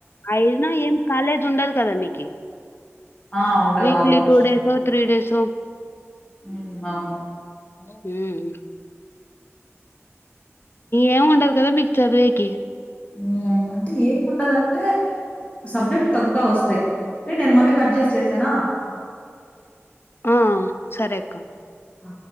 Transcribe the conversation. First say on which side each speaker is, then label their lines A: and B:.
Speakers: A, on the left (about 50°); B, on the left (about 25°).
A: అయినా ఏం కాలేజ్ ఉండదు కదా మీకి
B: ఆ! ఉండదు
A: వీక్లీ
B: ఆల్‌మోస్ట్.
A: టూ డేస్ఓ త్రీ డేస్ ఓ
B: హ్మ్. అవును.
A: ఉమ్ ఏమి ఉండదు కదా మీకు చదివేకి
B: ఉమ్ అంటే ఏం ఉండదంటే సబ్జెక్ట్లు తగ్గుతా వస్తాయి్ టే నేను మళ్ళీ కట్ చేస్ చేసేనా
A: ఆ సరే అక్క
B: ఆ!